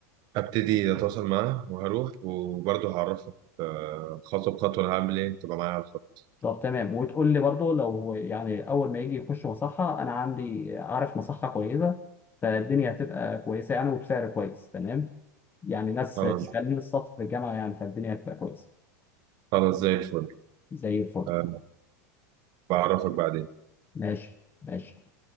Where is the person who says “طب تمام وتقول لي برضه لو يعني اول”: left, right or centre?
Left